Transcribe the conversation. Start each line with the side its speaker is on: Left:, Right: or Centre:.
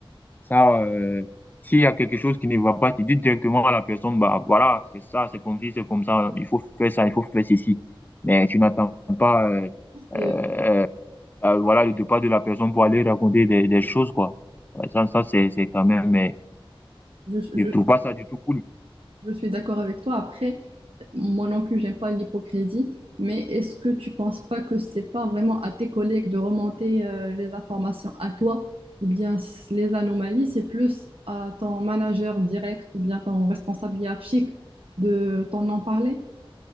Left: Ça, euh, s'il y a quelque chose qui ne va pas, tu dis directement à la personne, bah voilà, c'est ça, c'est comme ci, c'est comme ça, il faut faire ça, il faut faire ceci. Mais tu n'attends pas, euh,
Right: Parce que
Left: euh, euh, voilà, le départ de la personne pour aller raconter des, des choses, quoi. Ouais, Ça, ça c'est, c'est quand même, mais
Right: Je, je,
Left: je trouve pas ça du tout cool.
Right: Je suis d'accord avec toi. Après, moi non plus, j'aime pas l'hypocrisie, mais est-ce que tu penses pas que c'est pas vraiment à tes collègues de remonter euh, les informations à toi ou bien s- les anomalies, c'est plus à ton manager direct ou bien ton responsable hiérarchique de t'en en parler?